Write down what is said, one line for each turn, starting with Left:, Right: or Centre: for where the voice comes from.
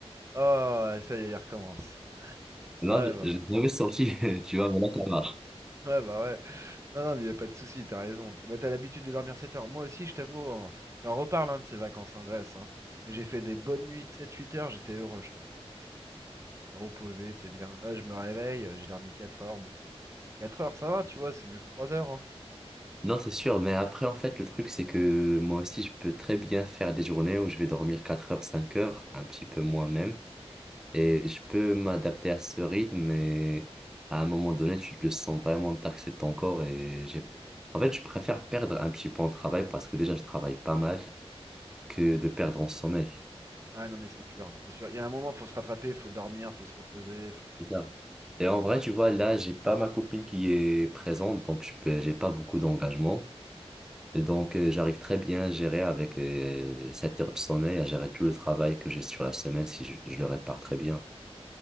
Right: Oh, ça y est, il recommence.
Centre: Là,
Right: Ouais,
Centre: je-
Right: bah,
Centre: j'ai jamais sorti, <laughs> tu vois, mais là, ça marche.
Right: ouais, bah ouais. Non, non, mais il n'y a pas de souci, t'as raison. Bah, t'as l'habitude de dormir 7 heures. Moi aussi, je t'avoue, hein, j'en reparle hein, de ces vacances en Grèce. hein. Mais j'ai fait des bonnes nuits de sept huit heures, j'étais heureux, je t'avoue. T'es Reposé, t'es bien. Là, je me réveille, euh, j'ai dormi 4 heures. Bon. 4 heures, ça va, tu vois, c'est mieux que trois heures. hein.
Centre: Non, c'est sûr, mais après, en fait, le truc, c'est que moi aussi, je peux très bien faire des journées où je vais dormir 4 heures, 5 heures, un petit peu moins même. Et je peux m'adapter à ce rythme, mais à un moment donné, tu te sens vraiment taxer ton corps. Et j'ai... En fait, je préfère perdre un petit peu en travail parce que déjà, je travaille pas mal que de perdre en sommeil.
Right: Ouais, non, mais c'est sûr, hein, c'est sûr. Il y a un moment, faut se rattraper, faut dormir, faut se reposer. Faut...
Centre: C'est ça. Et en vrai, tu vois, là, j'ai pas ma copine qui est présente, donc je peux, j'ai pas beaucoup d'engagement. Et donc, euh, j'arrive très bien à gérer avec euh, 7 heures de sommeil, à gérer tout le travail que j'ai sur la semaine si je, je le répare très bien.